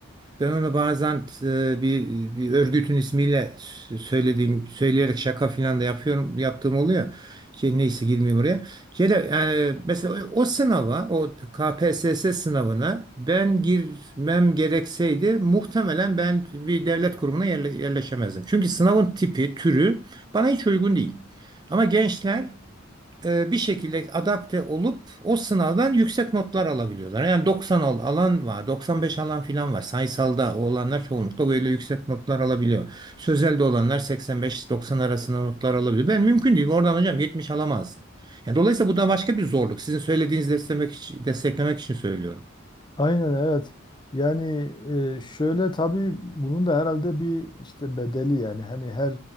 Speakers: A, on the right; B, on the left.
A: Ben onu bazen e, bir, bir örgütün ismiyle s- söylediğim, söyleyerek şaka filan da yapıyorum, yaptığım oluyor. Şey, neyse girmeyeyim oraya. Şey de, yani mesela o, o sınava, o KPSS sınavına ben girmem gerekseydi muhtemelen ben bir devlet kurumuna yerle- yerleşemezdim. Çünkü sınavın tipi, türü bana hiç uygun değil. Ama gençler e, bir şekilde adapte olup o sınavdan yüksek notlar alabiliyorlar. Yani 90 al- alan var, 95 alan filan var. Sayısalda olanlar çoğunlukla böyle yüksek notlar alabiliyor. Sözelde olanlar 85-90 arasında notlar alabiliyor. Ben mümkün değil. Oradan hocam 70 alamazsın. Yani dolayısıyla bu da başka bir zorluk. Sizin söylediğinizi desteklemek için, desteklemek için söylüyorum.
B: Aynen evet. Yani e, şöyle tabii bunun da herhalde bir işte bedeli yani hani her